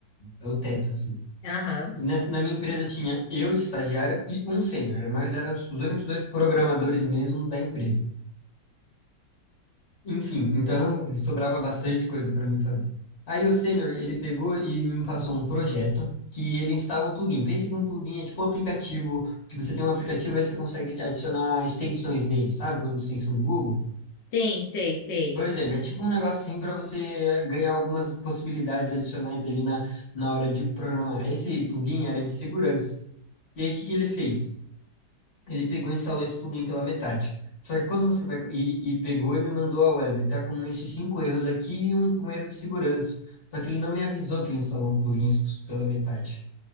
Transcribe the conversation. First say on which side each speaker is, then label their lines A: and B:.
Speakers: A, on the left; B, on the left.
A: é o, é o teto, assim.
B: Aham.
A: E nessa, na minha empresa tinha eu de estagiário e um sênior. Nós éramos os únicos dois programadores mesmo da empresa. Enfim, então sobrava bastante coisa para mim fazer. Aí o senior ele pegou e me passou um projeto que ele instala um plugin. Pensa que um plugin é tipo um aplicativo, que você tem um aplicativo aí você consegue adicionar extensões nele, sabe? Como a extensão do Google.
B: Sim, sei, sei.
A: Por exemplo, é tipo um negócio assim para você eh, ganhar algumas possibilidades adicionais ali na, na hora de programar. Esse plugin era de segurança. E aí, o que que ele fez? Ele pegou e instalou esse plugin pela metade. Só que quando você vai e, e pegou e me mandou, ó, Wesley, tá com esses cinco erros aqui e um, um erro de segurança. Só que ele não me avisou que ele instalou um plugin pela metade.